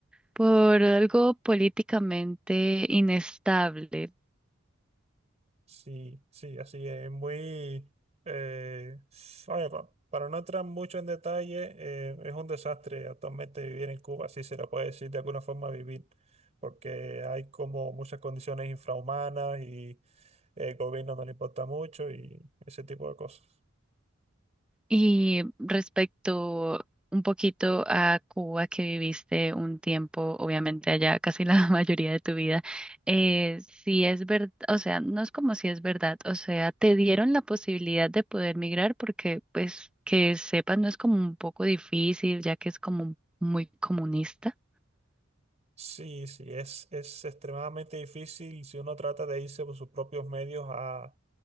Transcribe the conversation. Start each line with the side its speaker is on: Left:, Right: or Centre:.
Centre: por algo políticamente inestable,
Right: sí, sí, así es, muy... eh, oye, pa- para no entrar mucho en detalle, eh, es un desastre actualmente vivir en Cuba, si se le puede decir de alguna forma vivir, porque hay como muchas condiciones infrahumanas y el gobierno no le importa mucho y ese tipo de cosas.
Centre: Y respecto un poquito a Cuba, que viviste un tiempo, obviamente allá casi la <laughs> mayoría de tu vida, eh, si es verdad, o sea, no es como si es verdad, o sea, te dieron la posibilidad de poder migrar porque, pues, que sepas, no es como un poco difícil, ya que es como muy comunista.
Right: Sí, sí, es, es extremadamente difícil si uno trata de irse por sus propios medios a,